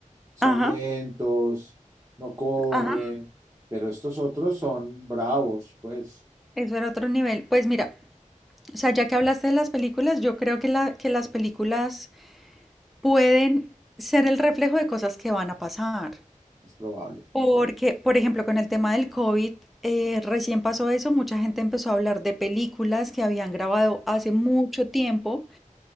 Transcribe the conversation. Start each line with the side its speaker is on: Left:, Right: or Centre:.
Right: son
Centre: ajá,
Right: lentos, no corren,
Centre: ajá,
Right: pero estos otros son bravos, pues
Centre: eso era otro nivel. Pues mira, o sea, ya que hablaste de las películas, yo creo que, la, que las películas pueden ser el reflejo de cosas que van a pasar.
Right: es probable.
Centre: Porque, por ejemplo, con el tema del COVID, eh, recién pasó eso, mucha gente empezó a hablar de películas que habían grabado hace mucho tiempo